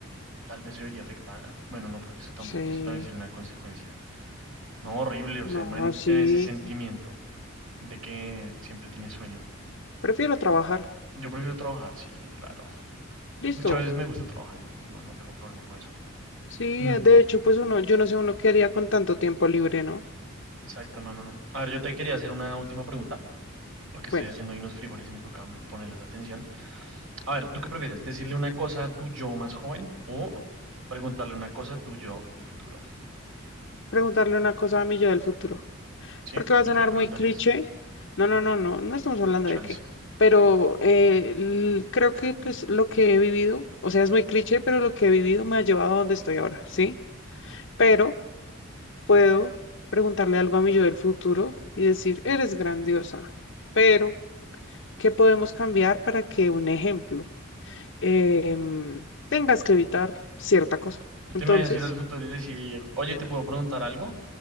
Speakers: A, on the right; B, on the left.
A: tal vez se vería afectada. Bueno, no, porque eso tampoco,
B: sí,
A: eso también sería una consecuencia. No, horrible. O
B: no,
A: sea, imagínate
B: sí,
A: tener ese sentimiento de que siempre tienes sueño.
B: prefiero trabajar.
A: Yo prefiero trabajar, sí, claro.
B: Listo.
A: De hecho, a veces me gusta trabajar, entonces no, no tengo problema con eso.
B: Sí,
A: Mm.
B: eh, de hecho, pues uno, yo no sé uno qué haría con tanto tiempo libre, ¿no?
A: Exacto, no, no, no. A ver, yo te quería hacer una última pregunta, porque
B: Bueno,
A: estoy haciendo ahí unos frijoles y me toca ponerles atención. A ver, ¿tú qué prefieres? ¿Decirle una cosa a tu yo más joven o preguntarle una cosa a tu yo del futuro?
B: preguntarle una cosa a mi yo del futuro.
A: ¿Sí?
B: porque va
A: ¿Y
B: a sonar
A: qué le preguntarías?
B: muy cliché. No, no, no, no, no estamos hablando
A: Chance.
B: de qué. Pero eh, l- creo que pues lo que he vivido, o sea, es muy cliché, pero lo que he vivido me ha llevado a donde estoy ahora, ¿sí? Pero puedo preguntarle algo a mi yo del futuro y decir, eres grandiosa, pero ¿qué podemos cambiar para que, un ejemplo, em, tengas que evitar cierta cosa?
A: Tú
B: Entonces,
A: te imaginas ir al futuro y decir, oye, ¿te puedo preguntar algo?